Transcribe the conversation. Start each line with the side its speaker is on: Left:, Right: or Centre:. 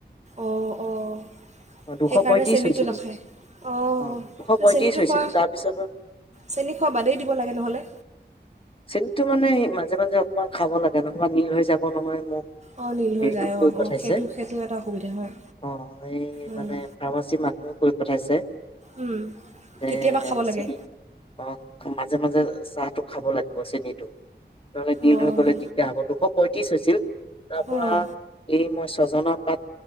Right: অঁ অঁ
Left: অ দুশ
Right: সেইকাৰণে
Left: পঁয়ত্ৰিশ
Right: চেনিটো
Left: হৈছিল
Right: নাখায় অঁ
Left: অ দুশ পঁয়ত্ৰিশ
Right: চেনিটো
Left: হৈছিল
Right: খোৱা
Left: তাৰপিছত
Right: চেনি খোৱা বাদেই দিব লাগে নহ'লে।
Left: চেনীতো মানে মাজে মাজে অকণমান খাব লাগে নহবা নীল হৈ যাব নহয় মোৰ।
Right: অঁ নীল
Left: সেইটো
Right: হৈ যায়
Left: কৈ
Right: অঁ
Left: পঠাইছে
Right: অঁ সেইটো সেইটো এটা অসুবিধা হয়
Left: অ এই
Right: উম,
Left: মানে ফাৰ্মাচী মানুহও কৈ পঠাইছে
Right: উম,
Left: যে
Right: কেতিয়াবা খাব লাগে
Left: চেনি অ মাজে মাজে চাহ টো খাব লাগিব চেনিটো। নহলে নিৰ্ল
Right: অঁ
Left: হৈ গ'লে দিগদাৰ হ'ব দুশ পঁয়ত্ৰিশ হৈছিল। তাৰ পৰা
Right: অঁ
Left: এই মই ছজনা পাত